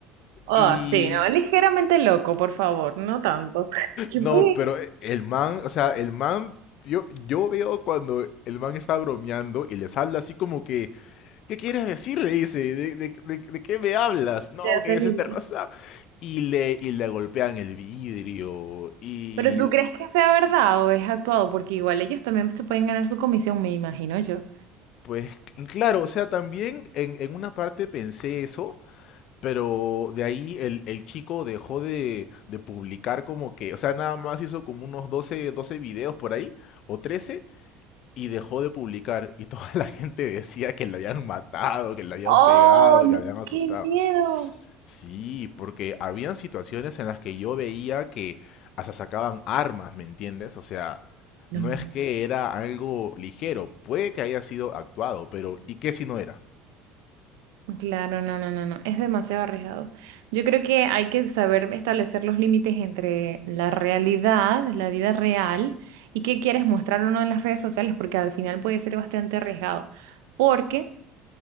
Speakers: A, on the right; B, on the left.
A: Oh,
B: Y
A: sí, no, ligeramente loco, por favor, no tanto. <laughs> ¿Qué
B: no,
A: puede
B: pero e- el man, o sea, el man, yo, yo veo cuando el man está bromeando y les habla así como que ¿Qué quieres decir? Le dice, ¿de, de, de, de qué me hablas? No,
A: ser hacer
B: que es
A: libre?
B: esta raza. Y le, y le golpean el vidrio. Y
A: Pero ¿tú crees que sea verdad o es actuado? Porque igual ellos también se pueden ganar su comisión, me imagino yo.
B: pues, claro, o sea, también en, en una parte pensé eso, pero de ahí el, el chico dejó de, de publicar como que, o sea, nada más hizo como unos doce doce videos por ahí, o 13 y dejó de publicar. Y toda la <laughs> gente decía que le habían matado, que le habían
A: Oh,
B: pegado, que
A: no,
B: le habían asustado.
A: qué miedo.
B: Sí, porque habían situaciones en las que yo veía que hasta sacaban armas, ¿me entiendes? O sea,
A: No.
B: no es que era algo ligero, puede que haya sido actuado, pero ¿y qué si no era?
A: Claro, no, no, no, no, es demasiado arriesgado. Yo creo que hay que saber establecer los límites entre la realidad, la vida real, y qué quieres mostrar o no en las redes sociales, porque al final puede ser bastante arriesgado. Porque